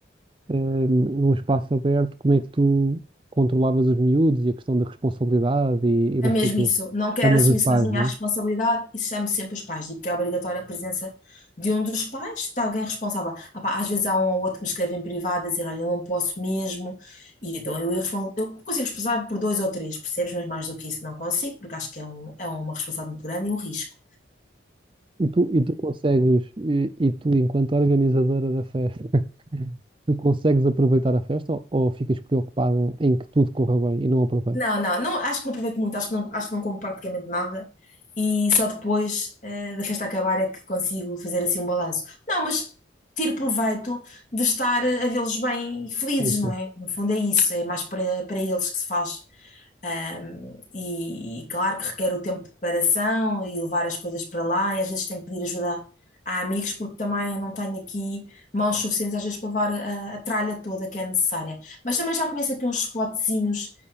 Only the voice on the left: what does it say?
É
mesmo
isso. Não quero
assumir
sozinha
a responsabilidade
e chamo sempre os pais. Digo que é obrigatória a presença de um dos pais, de alguém responsável. Ah pá, às vezes há um ou outro que me escreve em privado a dizer, olha, eu não posso mesmo. E então eu, eu, respondo, eu consigo responsabilizar por dois ou três, percebes? Mas mais do que isso não consigo, porque acho que é, um, é uma responsabilidade muito grande e um risco.
Não, não, não, acho que não aproveito muito, acho que não, acho que não como praticamente nada e só depois eh, da festa acabar é que consigo fazer assim um balanço. Não, mas tiro proveito de estar eh, a vê-los bem e felizes,
não
é? No fundo é isso, é mais para, para eles que se faz. Um, e, e claro que requer o tempo de preparação e levar as coisas para lá, e às vezes tenho que pedir ajuda a amigos, porque também não tenho aqui mãos suficientes às vezes para levar a, a tralha toda que é necessária. Mas também já conheço aqui uns spotzinhos